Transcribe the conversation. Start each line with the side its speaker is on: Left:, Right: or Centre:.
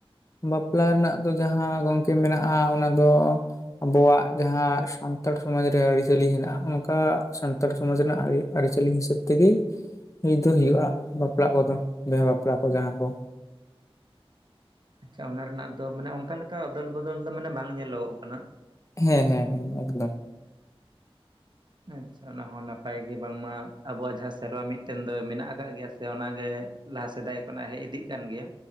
Left: ᱵᱟᱯᱞᱟ ᱨᱮᱱᱟᱜ ᱫᱚ ᱡᱟᱸᱦᱟᱸ ᱜᱚᱝᱠᱮ ᱢᱮᱱᱟᱜᱼᱟ ᱚᱱᱟ ᱫᱚ ᱟᱵᱚᱣᱟᱜ ᱡᱟᱸᱦᱟᱸ ᱥᱟᱱᱛᱟᱲ ᱥᱚᱢᱟᱡᱽ ᱨᱮ ᱟᱹᱨᱤᱪᱟᱹᱞᱤ ᱦᱮᱱᱟᱜᱼᱟ ᱚᱱᱠᱟ ᱥᱟᱱᱛᱟᱲ ᱥᱚᱢᱟᱡᱽ ᱨᱮᱱᱟᱜ ᱟᱨᱤ ᱟᱨᱤᱪᱟᱞᱤ ᱦᱤᱥᱟᱹᱵᱽ ᱛᱮᱜᱮ ᱦᱩᱭ ᱫᱚ ᱦᱩᱭᱩᱜᱼᱟ ᱵᱟᱯᱞᱟ ᱠᱚᱫᱚ ᱵᱤᱦᱟ ᱵᱟᱯᱞᱟ ᱠᱚ ᱡᱟᱦᱟᱸ ᱠᱚ᱾
Right: ᱟᱪᱪᱷᱟ ᱚᱱᱟ ᱨᱮᱱᱟᱜ ᱫᱚ ᱢᱟᱱᱮ ᱚᱱᱠᱟ ᱞᱮᱠᱟ ᱚᱫᱚᱞ ᱵᱚᱫᱚᱞ ᱫᱚ ᱢᱟᱱᱮ ᱵᱟᱝ ᱧᱮᱞᱚᱜᱚᱜ ᱠᱟᱱᱟ᱾
Left: ᱦᱮᱸ ᱦᱮᱸ ᱦᱮᱸ ᱮᱠᱫᱚᱢ᱾
Right: ᱟᱪᱪᱷᱟ ᱚᱱᱟ ᱦᱚᱸ ᱱᱟᱯᱟᱭ ᱜᱮ ᱵᱟᱝᱢᱟ ᱟᱵᱚᱣᱟᱜ ᱡᱟᱦᱟᱸ ᱥᱮᱨᱣᱟ ᱢᱤᱫᱴᱮᱱ ᱫᱚ ᱢᱮᱱᱟᱜ ᱟᱠᱟᱫ ᱜᱮᱭᱟ ᱥᱮ ᱚᱱᱟᱜᱮ ᱞᱟᱦᱟ ᱥᱮᱫᱟᱭ ᱠᱷᱚᱱᱟᱜ ᱦᱮᱡ ᱤᱫᱤᱜ ᱠᱟᱱ ᱜᱮᱭᱟ